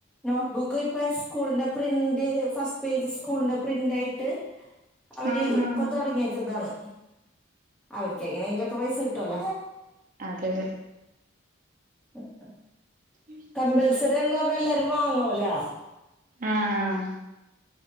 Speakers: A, in the centre; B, on the right.
A: നോട്ട്ബുക്ക് ഇപ്പ സ്കൂളിന്റെ പ്രിന്റ് ഫസ്റ്റ് പേജ് സ്കൂളിന്റെ പ്രിൻ്റായിട്ട് അവര്
B: ആഹ് ആഹ്
A: പ്പ തൊടങ്ങിയക്കതാണ് അവർക്ക് എങ്ങനെയെങ്കിലുക്കെ പൈസ കിട്ടല്ലോ
B: അതെ അതെ
A: ഉഹ്
B: ഉം
A: കമ്പൾസറി എന്ന് പറഞ്ഞാ എല്ലാരും വാങ്ങോല്ലോ
B: ആഹ്